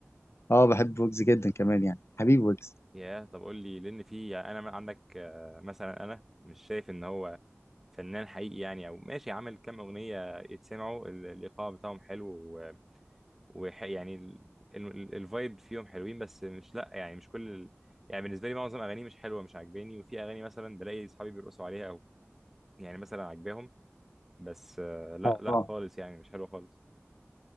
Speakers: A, on the left; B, in the centre.
A: اه بحب ويجز جدا كمان يعني حبيب ويجز
B: يا طب قول لي لان في يعني انا من عندك آه، مثلا انا مش شايف ان هو فنان حقيقي يعني او ماشي عامل كام اغنية يتسمعوا ال- الايقاع بتاعهم حلو ويعني الفايب فيهم حلوين بس مش لا يعني مش كل ال- يعني بالنسبة لي معظم اغانيه مش حلوة مش عاجباني وفي اغاني مثلا بلاقي اصحابي بيرقصوا عليها يعني مثلا عجباهم بس آه، لا
A: اه
B: لا خالص يعني مش حلوه خالص